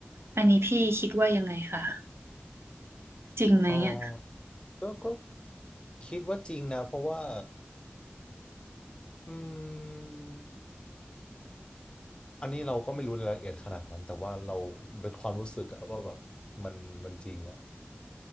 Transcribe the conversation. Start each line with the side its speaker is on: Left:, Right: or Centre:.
Right: อันนี้พี่คิดว่ายังไงคะจริงไหมอ่ะ
Left: อ๋อก็ก็คิดว่าจริงนะเพราะว่าอืม อันนี้เราก็ไม่รู้รายละเอียดขนาดนั้นแต่ว่าเราเป็นความรู้สึกอะว่าแบบมันมันจริงอะ